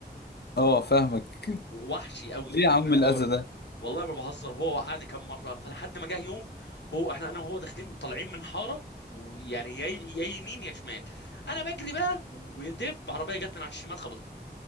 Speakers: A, on the left (about 70°); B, on the left (about 85°).
A: اه فاهمك
B: وحشي
A: <laughs>
B: قوي
A: ليه
B: فاهمني
A: يا عم
B: الحوار
A: الأذى ده
B: والله ما بهزر هو وقعني كام مره فلحد ما جه يوم هو احنا انا وهو داخلين طالعين من حاره ويعني يا يا يمين يا شمال انا بجري بقى ودب عربيه جت من على الشمال خبطت